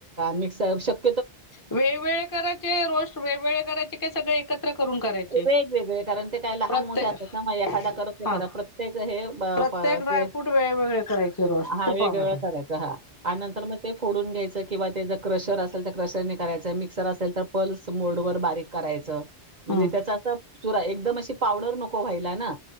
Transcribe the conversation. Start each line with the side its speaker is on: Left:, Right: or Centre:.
Right: मिक्स शक
Left: वेगवेगळे करायचे रोस्ट वेगवेगळे करायचे काय, सगळें एकत्र करून करायचे?
Right: वेगवेगळे, कारण ते काय लहान
Left: प्रत्येक
Right: मोठे असतात ना, मग एखादा करपत
Left: हा
Right: खर प्रत्येक हे ब
Left: प्रत्येक
Right: प
Left: ड्रायफ्रूट
Right: ते.
Left: वेगवेगळे करायचे रोस्ट
Right: हा,
Left: तुपामध्ये
Right: वेगवेगळा करायचं हा आणि नंतर मग ते फोडून घ्यायचं किंवा ते ज क्रशर असेल तर क्रशरने करायचं, मिक्सर असेल तर पल्स मोड वर बारीक करायचं. म्हणजे,
Left: हम्म
Right: त्याचा असा चुरा एकदम अशी पावडर नको व्हायला ना?